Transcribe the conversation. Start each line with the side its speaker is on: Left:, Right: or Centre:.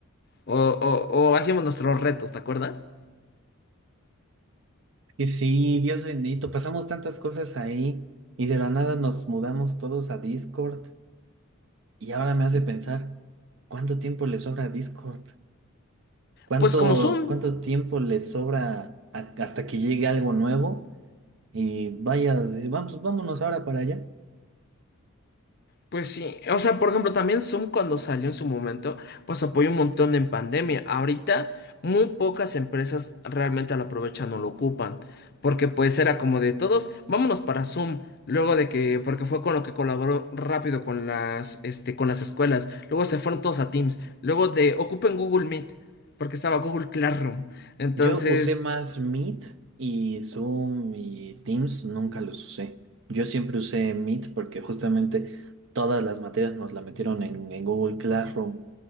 Left: o, o o hacíamos nuestros retos, ¿te acuerdas?
Right: Y sí, Dios bendito, pasamos tantas cosas ahí y de la nada nos mudamos todos a Discord y ahora me hace pensar, ¿cuánto tiempo le sobra a Discord? ¿Cuánto,
Left: Pues como Zoom,
Right: cuánto tiempo le sobra a- hasta que llegue algo nuevo? Y vaya, dice, vamos, vámonos ahora para allá.
Left: Pues sí, o sea, por ejemplo, también Zoom cuando salió en su momento, pues apoyó un montón en pandemia. Ahorita muy pocas empresas realmente lo aprovechan o lo ocupan, porque pues era como de todos, vámonos para Zoom, luego de que, porque fue con lo que colaboró rápido con las, este, con las escuelas, luego se fueron todos a Teams, luego de ocupen Google Meet, porque estaba Google Classroom. Entonces,
Right: Yo usé más Meet y Zoom y Teams, nunca los usé. Yo siempre usé Meet porque justamente todas las materias nos la metieron en, en Google Classroom